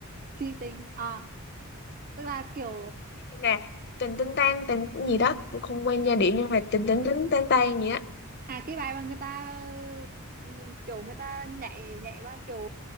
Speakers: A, on the right; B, on the left.
A: si tình à tức là kiểu
B: nè, tình tinh tan tình gì đó, tôi không quen giai điệu nhưng mà tình tình tinh tan tan gì á.
A: À cái bài mà người ta ừ, kiểu người ta nhảy nhảy vào kiểu